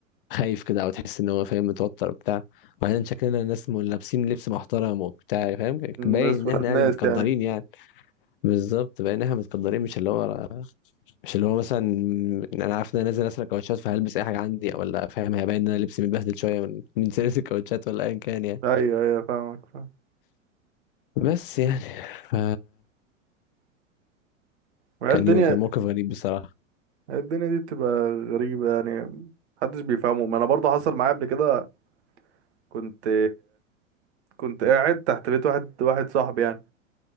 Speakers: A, on the left; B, on the right.
A: خايف كده أو تحس إن هو فاهم متوتر وبتاع وبعدين شكلنا ناس لابسين لبس محترم وبتاع فاهم باين
B: ناس
A: إن
B: ولاد
A: إحنا
B: ناس
A: يعني متقدرين
B: يعني
A: يعني بالظبط بقينا احنا متقدرين مش اللي هو مش اللي هو مثلا انا عارف ان انا نازل اسرق كاوتشات فهلبس اي حاجه عندي او لا فاهم هيبان ان انا لبسي متبهدل شويه من <laughs> من سيرة الكاوتشات ولا ايا كان يعني
B: ايوه ايوه فاهمك فاهم
A: بس يعني ف
B: هي
A: كان
B: الدنيا
A: يوم كان موقف غريب بصراحه
B: هي الدنيا دي بتبقى غريبة يعني محدش بيفهمه ما انا برضه حصل معايا قبل كده كنت كنت قاعد تحت بيت واحد واحد صاحبي يعني